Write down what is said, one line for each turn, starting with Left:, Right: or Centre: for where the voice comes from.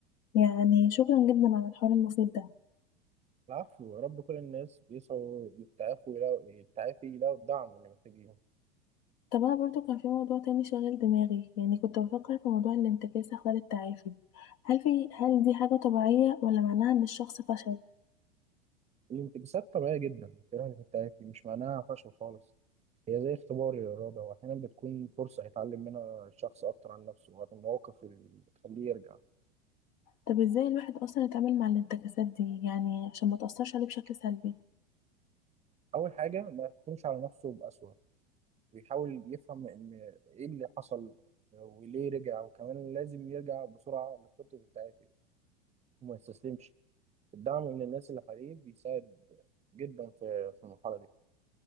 Left: يعني شكرا جدا على الحوار المفيد ده
Right: العفو يا رب كل الناس بيسعوا يتعافوا يلاقوا يتعافي يلاقوا الدعم اللي محتاجينه
Left: طب انا برضو كان في موضوع تاني شاغل دماغي يعني كنت بفكر في موضوع الانتكاسة خلال التعافي هل في هل دي حاجة طبيعية ولا معناها ان الشخص فشل
Right: الانتكاسات طبيعية جدا الجراحة اللي بتتعافي مش معناها فشل خالص هي زي اختبار للإرادة وأحيانا بتكون فرصة يتعلم منها الشخص أكتر عن نفسه وعن المواقف اللي بتخليه يرجع
Left: طب ازاي الواحد اصلا يتعامل مع الانتكاسات دي يعني عشان ما تأثرش عليه بشكل سلبي
Right: أول حاجة ما يحكمش على نفسه بأسوأ ويحاول يفهم إن إيه اللي حصل وليه رجع وكمان لازم يرجع بسرعة لخطة التعافي وما يستسلمش الدعم من الناس اللي حواليه بيساعد جدا في في المرحلة دي